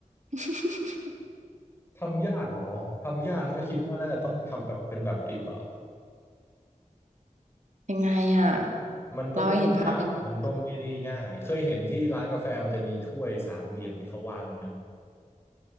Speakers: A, on the right; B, on the left.
A: <laughs>
B: ทำยากเหรอทำยากนี่ก็คิดว่าน่าจะต้องทำแบบเป็นแบบดริปอะ
A: ยังไงอ่ะ
B: มันก็ไม่ยากมันก็ไม่ได้ง่ายเคยเห็นที่ร้านกาแฟมันจะมีถ้วยสามเหลี่ยมที่เขาวางกันไหม
A: เราให้เห็นภาพได้ไหมอะ